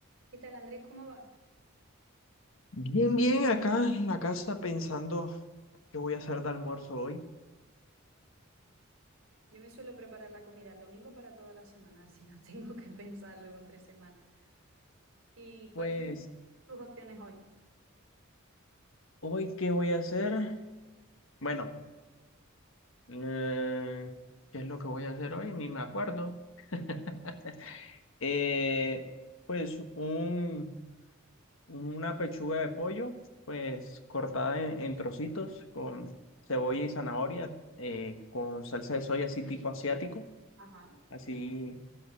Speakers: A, on the right; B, on the left.
A: ¿Qué tal, Andrés? ¿Cómo va?
B: Bien, bien, acá en la casa pensando qué voy a hacer de almuerzo hoy.
A: Yo me suelo preparar la comida el domingo para toda la semana, <laughs> así no tengo que pensarlo con tres semanas. ¿Y
B: Pues,
A: cuáles son tus opciones hoy?
B: ¿hoy qué voy a hacer? Bueno, eh, ¿qué es lo que voy a hacer hoy? Ni me acuerdo. <laughs> Eh, pues un, una pechuga de pollo, pues cortada en, en trocitos con cebolla y zanahoria, eh, con salsa de soya así tipo asiático,
A: Ajá.
B: así.